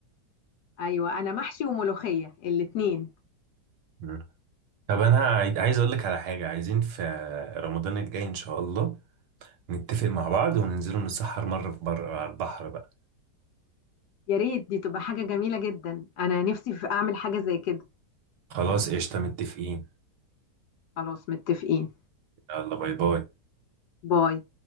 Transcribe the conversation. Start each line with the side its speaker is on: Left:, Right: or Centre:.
Left: ايوه انا محشي وملوخيه الاتنين
Right: مم. طب انا عاي- عايز اقول لك على حاجه عايزين في رمضان الجاي ان شاء الله نتفق مع بعض وننزلوا نتسحر مره في بر على البحر بقى
Left: يا ريت دي تبقى حاجه جميله جدا انا نفسي في اعمل حاجه زي كده
Right: خلاص قشطه متفقين
Left: خلاص متفقين
Right: يلا باي باي
Left: باي